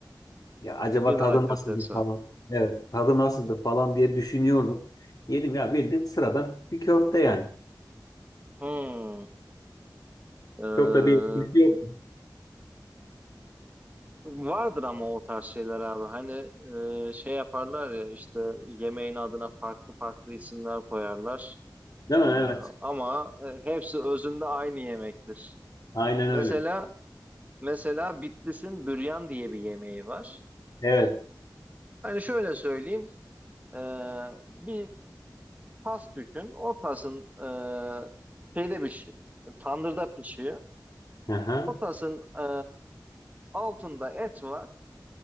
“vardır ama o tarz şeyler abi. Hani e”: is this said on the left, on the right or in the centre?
Right